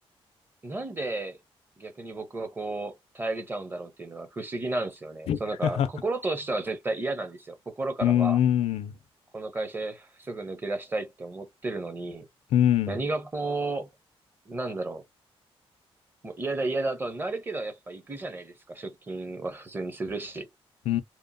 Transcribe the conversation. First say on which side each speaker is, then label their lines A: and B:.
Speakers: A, on the right; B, on the left.
A: なんで逆に僕はこう、耐えれちゃうんだろうっていうのは不思議なんですよね。そのなんか、
B: <laughs>
A: 心としては絶対嫌なんですよ。心からは、
B: うんうん
A: この会社すぐ抜け出したいって思ってるのに、
B: うん
A: 何がこう、なんだろう。もう嫌だ嫌だとはなるけど、やっぱ行くじゃないですか。出勤は普通にするし。
B: うんう